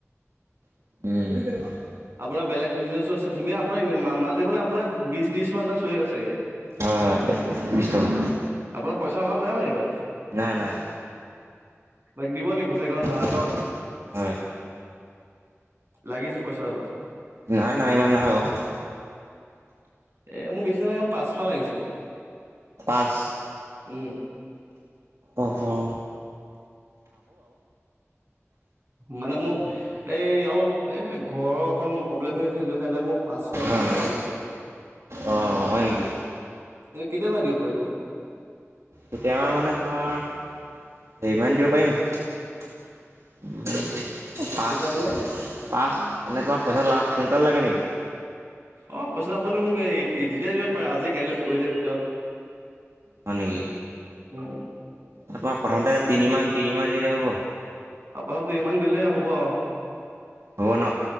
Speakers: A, on the right; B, on the right.
A: উম
B: আপোনাৰ বেলেগ বিজনেছো আছে ধুনীয়া আপোনাৰ মা মান্হলি মানে আপোনাৰ বিশ ত্ৰিশ মান চুৱেগে ছাগে
A: হয়-হয় বিছ টকা।
B: আপোনাৰ পইচাৰ অভাৱ নাই মানে ইমান
A: নাই নাই
B: বাকী দিব নি কেইটামান
A: ভিতৰত হয়।
B: লাগিছে পইচা অলপ।
A: নাই-নাই ইমান নাই অ',
B: এ মোক বেছি নালাগে পাঁচ মান লাগিছিল
A: পাঁচ
B: উম
A: অ-অ,
B: মানে মোক এই অলপ এ ঘৰৰ অকন প্ৰব্লেম হৈ আছিল এইকাৰণে মোক পাঁচ ছয় মান
A: অ',
B: টকা লাগিছিল
A: অ', হয় নেকি?
B: এনে কেতিয়া মানে দিব পাৰিব।
A: কেতিয়া মানে তোমাৰ হেৰিমান দিব পাৰিম উম, পাঁচ
B: কেতিয়া মানে
A: পাঁচ এনেকুৱা পইচা লা সোনকালে লাগে নেকি
B: অ পইচাটো আপুনি মোক এতিয়াই দিব পাৰে আজি কাইলৈ পৰহিলে ভিতৰত
A: হয় নেকি
B: অ
A: আপোনাক প্ৰথমতে তিনি মান তিনি মান দিলে হ'ব
B: আপোনাকটো ইমান দিলে হ'ব আৰু
A: হ'ব ন।